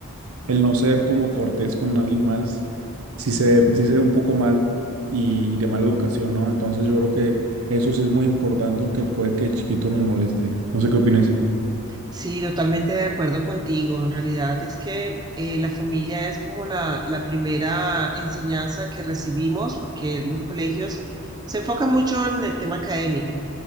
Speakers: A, on the right (about 75°); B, on the right (about 20°).
A: el no ser como cortés con alguien más, sí se, sí se ve un poco mal y de mala educación, ¿no? Entonces yo creo que eso sí es muy importante, aunque puede que chiquito nos moleste. No sé qué opinas.
B: Sí, totalmente de acuerdo contigo. En realidad es que eh, la familia es como la, la primera enseñanza que recibimos porque los colegios se enfocan mucho en el tema académico